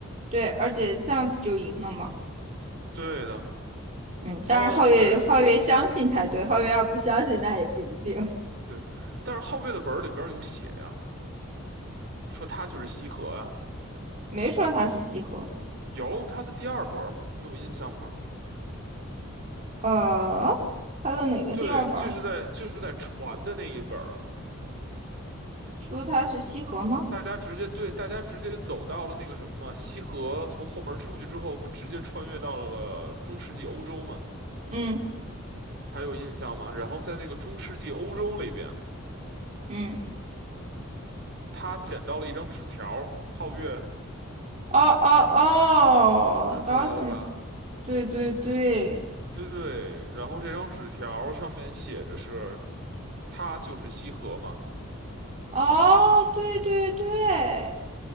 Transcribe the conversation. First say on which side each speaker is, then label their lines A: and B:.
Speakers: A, on the right (about 35°); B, on the right (about 50°).
A: 对，而且这样子就赢了嘛。
B: 对的，
A: 嗯，当然皓月皓月相信才对，
B: 哦，对
A: 皓月要不相信那也不一定。
B: 对，但是皓月的本儿里边儿有写呀，说他就是西河啊。
A: 没说他是西河。
B: 有他的第二本儿，你有印象吗？
A: 呃，还的哪个第二本儿
B: 对，就是在就是在船的那一本儿，
A: 说他是西河吗？
B: 大家直接对，大家直接走到了那个什么西河，从后门出去之后，不直接穿越到了中世纪欧洲吗？
A: 嗯
B: 还有印象吗？然后在那个中世纪欧洲里边，
A: 嗯，
B: 他捡到了一张纸条儿，皓月
A: 哦哦哦
B: 想起来了吧？
A: g a u 对对对，
B: 对对，然后这张纸条儿上面写着是，他就是西河嘛。
A: 哦对对对，